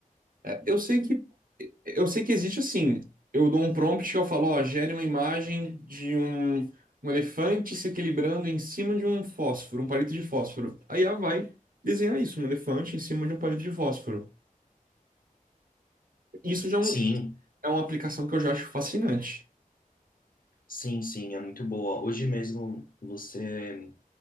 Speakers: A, on the right; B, on the left.
A: É, eu sei que, eu sei que existe assim. Eu dou um prompt que eu falo, ó, gere uma imagem de um, um elefante se equilibrando em cima de um fósforo, um palito de fósforo. Aí ela vai desenhar isso, um elefante em cima de um palito de fósforo. Isso já é, um-
B: Sim,
A: é uma aplicação que eu já acho fascinante.
B: sim, sim, é muito boa. Hoje mesmo, você,